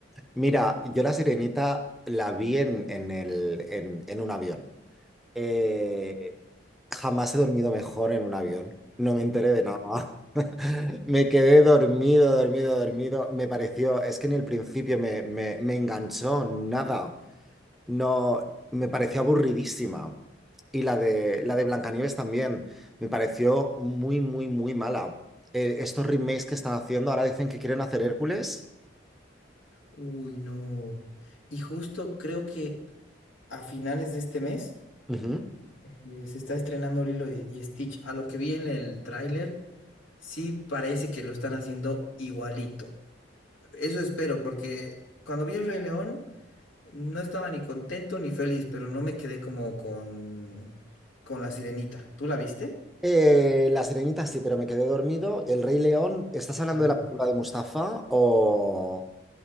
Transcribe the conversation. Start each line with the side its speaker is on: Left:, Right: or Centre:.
Centre: Mira, yo la Sirenita la vi en, en el, en, en un avión. Eh, jamás he dormido mejor en un avión. No me enteré de nada. <laughs> Me quedé dormido, dormido, dormido. Me pareció, es que ni el principio me, me, me enganchó nada. No, me pareció aburridísima. Y la de, la de Blancanieves también. Me pareció muy, muy, muy mala. Eh, estos remakes que están haciendo, ahora dicen que quieren hacer Hércules.
Left: Uy, no. Y justo creo que a finales de este mes.
Centre: Ujú.
Left: Eh, se está estrenando Lilo y, y Stitch. A lo que vi en el tráiler, sí parece que lo están haciendo igualito. Eso espero, porque cuando vi el Rey León, no estaba ni contento ni feliz, pero no me quedé como con, con la Sirenita. ¿Tú la viste?
Centre: Eh, La Sirenita sí, pero me quedé dormido. El Rey León, ¿estás hablando
Left: El Rey
Centre: de la
Left: León.
Centre: película de Mustafa o,